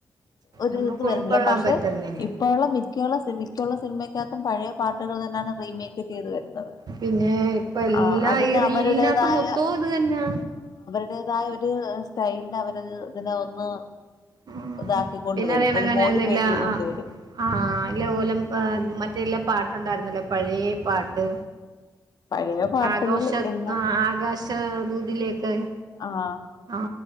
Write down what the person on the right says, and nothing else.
നമുക്ക്
ഉൾക്കൊള്ളാൻ
പറ്റുന്നില്ല
പിന്നെ ഇപ്പൊ എല്ലാ
ഈ റീലിനകത്ത്
മൊത്തവും ഇത് തന്നാ
ഉം
പിന്നെ
അറിയണം
കനെന്നില്ല
ആ
ആല്ലോലം മറ്റേല്ല പാ ണ്ടായിരുന്നല്ലേ പഴേ പാട്ട്
ആകോശം
ആ ആകാശദൂതിലേക്കായി
ആ